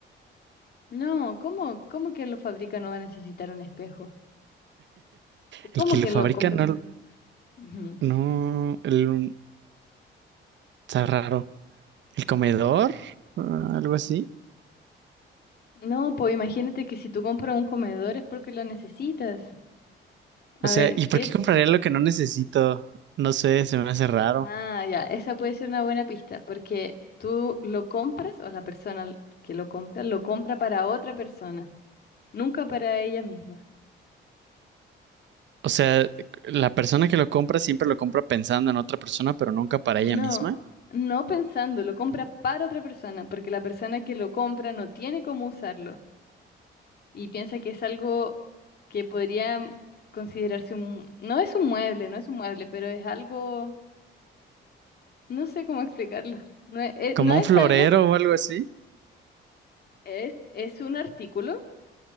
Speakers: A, on the left; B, on the right.
A: No, ¿cómo, cómo quien lo fabrica no va a necesitar un espejo? ¿Y cómo
B: El que
A: quien
B: lo fabrica
A: lo compra
B: no,
A: no? Ujú.
B: no, el- está raro. El comedor, ah, algo así.
A: No, pues imagínate que si tú compras un comedor es porque lo necesitas. A
B: O sea,
A: ver,
B: ¿y
A: ¿qué?
B: por qué compraría lo que no necesito? No sé, se me hace raro.
A: Ah, ya, esa puede ser una buena pista, porque tú lo compras o la persona que lo compra lo compra para otra persona, nunca para ella misma.
B: O sea, la persona que lo compra siempre lo compra pensando en otra persona, pero nunca para
A: No,
B: ella misma.
A: no pensando, lo compra para otra persona, porque la persona que lo compra no tiene cómo usarlo y piensa que es algo que podría considerarse un... No es un mueble, no es un mueble, pero es algo... No sé cómo <laughs> explicarlo. No es, eh,
B: Como
A: no es
B: un florero
A: algo,
B: o algo así.
A: es, es un artículo